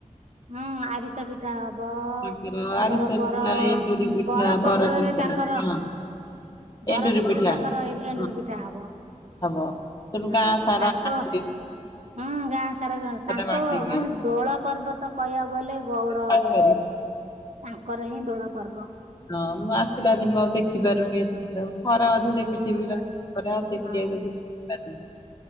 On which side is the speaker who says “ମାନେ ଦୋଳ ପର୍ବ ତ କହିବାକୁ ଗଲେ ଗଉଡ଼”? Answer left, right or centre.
Right